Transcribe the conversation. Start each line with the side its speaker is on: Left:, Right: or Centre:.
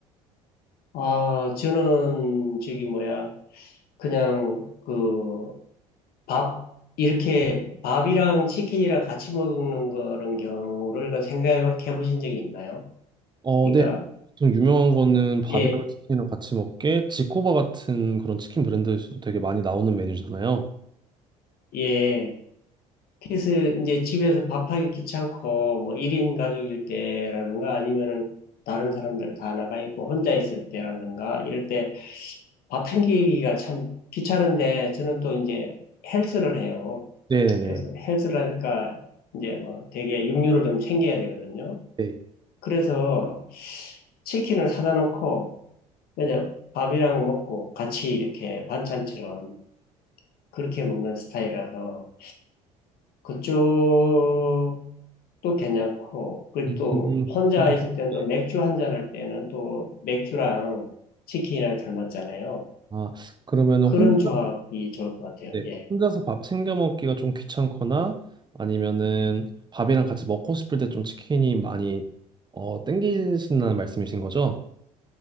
Left: 아, 저는 저기 뭐야, 그냥 그 밥, 이렇게 밥이랑 치킨이랑 같이 먹는 그런 경우를 그 생각해 보신 적이 있나요?
Right: 어,
Left: 그러니까,
Right: 네. 보통 유명한 거는 바비앙
Left: 예,
Right: 치킨이랑 같이 먹게 지코바 같은 그런 치킨 브랜드에서도 되게 많이 나오는 메뉴잖아요.
Left: 예. 그래 이제 집에서 밥하기 귀찮고, 뭐 1인 가족일 때라든가 아니면은 다른 사람들 다 나가 있고 혼자 있을 때라든가 이럴 때 밥 챙기기가 참 귀찮은데 저는 또 이제 헬스를 해요.
Right: 네네네.
Left: 그래서 헬스를 하니까 이제 뭐 되게 육류를 좀 챙겨야 되거든요.
Right: 네.
Left: 그래서 치킨을 사다 놓고 그냥 밥이랑 먹고 같이 이렇게 반찬처럼 그렇게 먹는 스타일이라서 그쪽도 괜찮고 그또
Right: 음, 음,
Left: 혼자
Right: 그럼-
Left: 있을 때는
Right: 네.
Left: 또 맥주 한 잔 할 때는 또 맥주랑 치킨이랑 잘 맞잖아요.
Right: 아, 그러면은
Left: 그런
Right: 혼,
Left: 조합이 좋을 것 같아요.
Right: 네.
Left: 예.
Right: 혼자서 밥 챙겨 먹기가 좀 귀찮거나 아니면은 밥이랑 같이 먹고 싶을 때 좀 치킨이 많이 어, 땡기신다는 말씀이신 거죠?